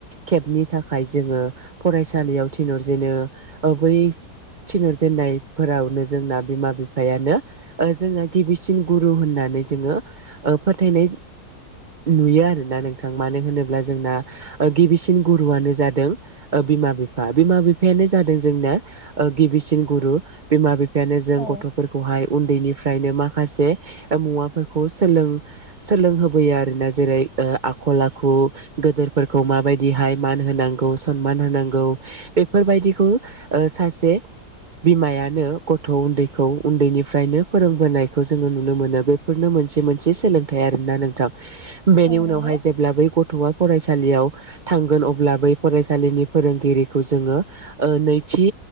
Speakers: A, on the right (about 50°); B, on the left (about 65°).
A: खेबनि थाखाय जोङो फरायसालियाव थिनहरजेनो ओ बै थिनहरजेननायफोरावनो जोंना बिमा- बिफायानो ओ जोङो गिबिसिन गुरु होनना नानै जोङो ओ फोथायनाय नुयो आरोना नोंथां। मानो होनोब्ला जोंना ओ गिबिसिन गुरुआनो जादों ओ बिमा-बिफा, बिमा बिफायानो जादों जोंना ओ गिबिसिन गुरु बिमा- बि फायानो जों
B: औ
A: गथ'फोरखौहाय उन्दैनिफ्रायनो मा खायसे मुवाफोरखौ सोलों सोलोंहोब बैयो आरोना जेरै ओ आखल आखु गोदोरफोरखौ माबायदिहाय मान होनांगौ समान होनो नांगौ बेफोरबायदिखौ ओ सासे बिमायानो गथ' उन्दैखौ उन्दैनिफ्रायनो फोरोंबोनायखौ जोङो नुनो मोनो। बेफोरनो मो मोनसे-मोनसे सोलोंथाइ आरोना नोंथां। बेनि
B: औ नंगौ
A: उनावहाय जेब्ला बै ग थ'आ फरायसालियाव थांगोन अब्ला बै फरायसालिनि फोरोंगिरिखौ जोङो ओ नै थि